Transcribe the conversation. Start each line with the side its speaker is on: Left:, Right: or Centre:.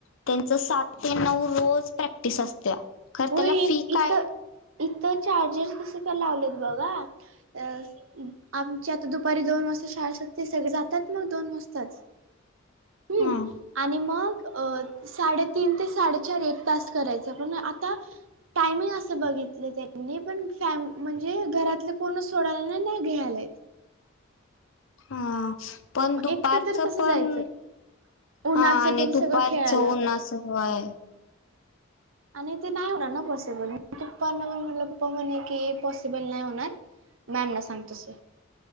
Left: त्यांच सात ते नऊ रोज प्रॅक्टिस असत्या. खर
Right: हो
Left: त्याला
Right: हे
Left: फी काय
Right: इथं इथं चार्जर स कसं काय लावलेत बघा अ आमची आता दुपारी दोन वाजता शाळसाठी ते सगळे जातात मग दोन वाजताच हुम्म
Left: ह
Right: आणि मग अ साडेतीन ते साडेचार एक तास करायचा पण आता टायमिंग असे बघितले त्यांनी पण फॅम म्हणजे घरातले कोण सोडायला ना नाही घ्यायलात
Left: हा पण
Right: मग
Left: दुपारचं
Right: एकटं तर कसं
Left: पण
Right: जायचंय उन्हाचं
Left: हा आणि
Right: त्यानी सगळं
Left: दुपार
Right: खेळायला
Left: उन्हाच
Right: लावतात.
Left: पण असंय
Right: आणि ते नाही होणार ना पॉसिबल पप्पाना पण म्हटलं पप्पा म्हणे की पॉसिबल नाही होणार मॅम ना सांग तोस